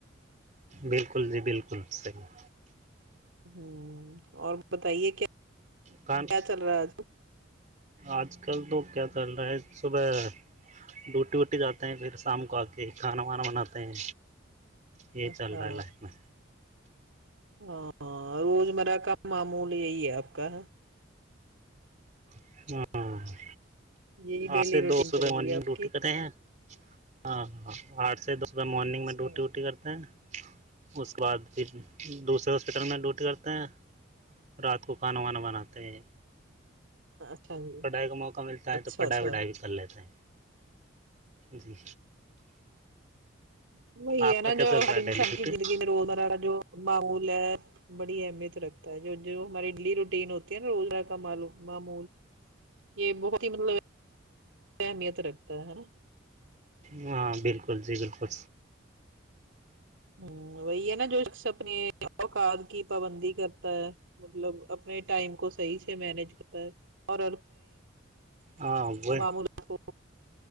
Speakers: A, on the right (about 40°); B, on the right (about 75°).
A: بالکل جی بالکل صحیح
B: ہوں اور بتائیے کیا
A: کان
B: کیا چل رہا ہے آج کل؟
A: آج کل تو کیا چل رہا ہے صبح ڈوٹی ووٹی جاتے ہیں پھر شام کو آ کے کھانا وانا بناتے ہیں یہ
B: اچھا
A: چل رہا ہے لائف میں
B: ہاں روز مرہ کا معمول یہی ہے آپ کا
A: ہاں
B: یہی ڈیلی
A: آس دو
B: روٹین
A: سو
B: چل
A: رئے
B: رہی
A: مارننگ
B: ہے آپ
A: ریوٹی
B: کی
A: کتےیں ہیں ہاں ہاں آٹھ سے دس ب مارننگ
B: اچھا
A: میں ڈوٹی ووٹی کرتے ہیں اس کے بعد پھر دوسرے ہاسپٹل میں ڈیوٹی کرتے ہیں رات کو کھانا وانا بناتے ہیں
B: اچھا جی
A: پڑھائی کا موقع ملتا ہے
B: اچھا
A: تو پڑھائی
B: اچھا
A: وڑھائی کر لیتا ہے جی
B: ہ وہی
A: آپ
B: ہے
A: کا
B: نا
A: کیا
B: جو
A: چل رہا
B: ہر
A: ہے
B: انسان
A: ڈیلی ڈیوٹی
B: کی زندگی میں رزرا جو ماحول ہے بڑی اہمیت رکھتا ہے جو جو ہماری ڈیلی روٹین ہو ا روزر کال معمول یہ بہت ہی مطلب اہمیت رکھتا ہے نا
A: ہاں بالکل جی بالکل
B: ہ وہی ہے نا جو اپنے اوقات کی پابندی کرتا ہے مطلب اپنے ٹائم کو صحیح سے مینج کرتا ہے اور
A: ہاں وہ
B: معمولات کو